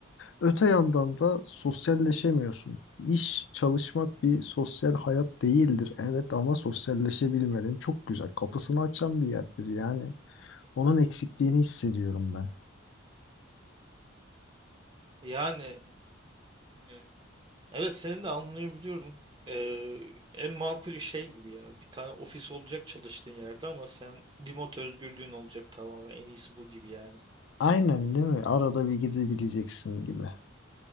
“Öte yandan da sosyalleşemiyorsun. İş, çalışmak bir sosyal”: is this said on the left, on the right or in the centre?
Left